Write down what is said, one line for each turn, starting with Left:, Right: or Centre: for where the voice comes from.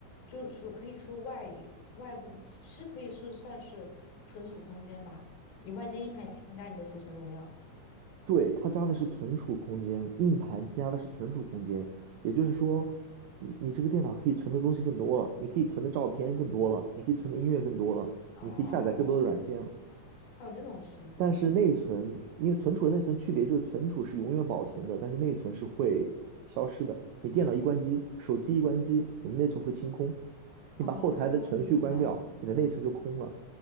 Left: 就是说可以说外外部其是可以是算是存储空间吧。你外接硬盘也可以增加你的储存容量。
Right: 对，它加的是存储空间，硬盘加的是存储空间，也就是说，你你这个电脑可以存的东西更多了，你可以存的照片更多了，你可以存的音乐更多了，
Left: 哦，
Right: 你可以下载更多的软件了。
Left: 还有这种区别。
Right: 但是内存，因为存储和内存区别就是存储是永远保存的，但是内存是会消失的。你电脑一关机，手机一关机，你的内存会清空。你把后台的程序关掉，
Left: 哦，明白了，
Right: 你的内存就空了。